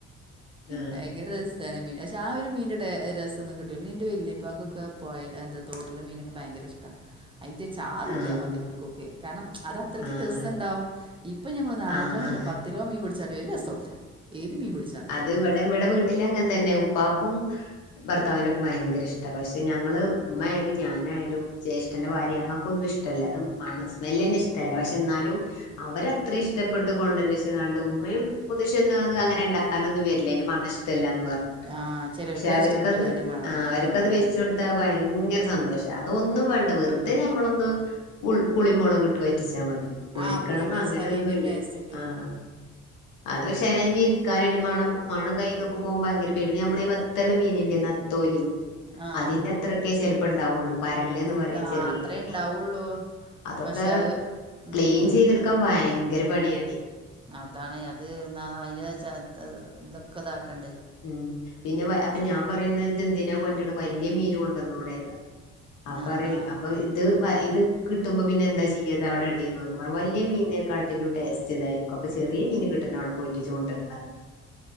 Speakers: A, on the left; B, on the right.
A: ആഹ്
B: ഭയങ്കര റസ് തേന മീ പക്ഷേ ആ ഒരു മീൻ്റെ രസൊന്ന കിട്ടില്ല പിന്നതിൻ് വല്ല്യുപ്പാക്കക്കൊക്കെ പോയൽ എന്താട്ടെ മീനൊക്കെ ഭയങ്കര ഇഷ്ടമാണ് അതിന്റെ ചാർ
A: ആഹ്
B: ഇട്ടിയാൽ മതി അവർക്കൊക്കെ കാരണം അത
A: ആഹ്
B: രസംണ്ടാവും ഇപ്പം ഞമ്മ ഒ നല്
A: ആഹ്
B: രോനല്ല പത്ത് കിലോ മീൻ പിടിച്ചാലും വ ഒരു രസമല്ല ഏത് മീൻ പിടിച്ചാലും
A: അത് ഇവിടെ ഇവിടെ വീട്ടിൽ അങ്ങനെ തന്നെ ഉപ്പാക്കും ഭർത്താവിനൊക്കെ ഭയങ്കര ഇഷ്ട പക്ഷെ ഞങ്ങള് ഉമ്മ ആയാലും ഞാനായാലും ജ്യേഷ്ഠന്റെ ഭാര്യ അങ്ങക്കൊന്നും ഇഷ്ടമല്ല അതും മന്ന സ്മെല് തന്നെ ഇഷ്ടമല്ല പക്ഷെ എന്നാലും അവരെ ഇത്ര ഇഷ്ടപ്പെട്ട് കൊണ്ടന്ന വെച്ച കാണ്ട് ഉമ്മയും മുത്തശ്ശിയൊന്നും അത് അങ്ങനെ ഉണ്ടാക്കാനൊന്നും വരില്ല എന്റെ മണ ഇഷ്ടമല്ല പറഞ്ഞോണ്ട്
B: ആ ചിലവർക്ക്
A: പക്ഷെ
B: അത്
A: അവർക്ക്
B: ഇഷ്ടപ്പെടില്ല അതിൻ്റെ മണം
A: ആഹാ അവർക്കത്
B: ഉം.
A: വിരിച്ചുകൊടുത്ത ഭയങ്കര സന്തോഷം അതൊന്നും വേണ്ട വെറുതെ ഞമ്മളൊന്ന് ഉ പുളിമുളക് ഇട്ട് പറ്റിച്ചാ മതി ഒരുക്കണംന്ന്
B: ആ പുളിയിട്ട് വെച്ചാലും
A: അങ്ങനെൊന്നുമില
B: അതിൻ്റെ ഒരു ടേസ്റ്റ് കിട്ടുമല്ലോ
A: ആഹ അത് പക്ഷെ ഇനി കാന് മണം കയ്യി നിന്നൊക്കെ പോക ഭങ്കര ഇടെ നമ്മ ഈബത്തുള്ള മീനല്ലേ നത്തോലി
B: ആ
A: അതിന്റെ അത്രൊക്കെ ചിലപ്പ ഉണ്ടാവുള്ളൂ പരല്ന്ന് പറയും
B: ഇണ്ട- ആ,
A: ചെറിയ
B: അത്രേ ഉണ്ടാവുള്ളൂ
A: മീൻ അതൊക്കെ
B: പക്ഷെ അത് ഉം,
A: ക്ലീൻ ചെയ്തെട് ക്കൻ ഭയങ്കര പണിയാണ്
B: അതാണ് അത് ന അതിന്റെ ഇതൊക്കെ ഇതാക്കണ്ടേ
A: ഉം പിന്നെ അപ്പൊ
B: ചെ-
A: ഞാൻ പറയുന്ന ഇതെന്തിനാ കൊണ്ടട്ട വലിയ മീന് കൊണ്ടുവന്നോടെ എന്ന് അപ്പറയ്
B: ആ ആ
A: അപ്പൊ ഇത് ഇത് കിട്ടുമ്പോ പിന്നെ എന്താ ചെയ്യത് അവിടെ ഇട നോക്കാ പറഞ്ഞ വലിയ മീനെക്കാട്ടിലും ടേസ്റ്റ് ഇതായി അപ്പ ചെറിയ മീന് കിട്ടെണം അവിടെ പോയി ചൂണ്ടണ്